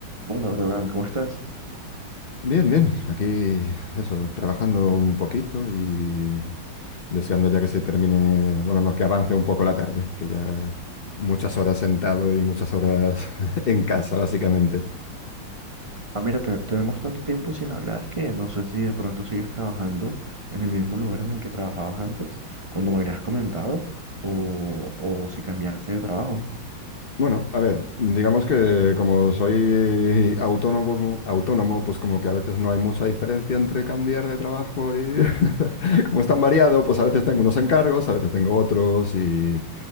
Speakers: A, on the right (about 40°); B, on the left (about 55°).
A: Hola, Brogan, ¿cómo estás?
B: Bien, bien. Aquí, eso, trabajando un poquito y deseando ya que se termine, bueno, no, que avance un poco la tarde, que ya muchas horas sentado y muchas horas <laughs> en casa, básicamente.
A: Ah, mira, te- tenemos tanto tiempo sin hablar que no sé si de pronto sigues trabajando en el mismo lugar en el que trabajabas antes, cuando me habías comentado, o, o si cambiaste de trabajo.
B: Bueno, a ver, digamos que como soy autónomo, autónomo, pues como que a veces no hay mucha diferencia entre cambiar de trabajo y <laughs> como es tan variado, pues a veces tengo unos encargos, a veces tengo otros y,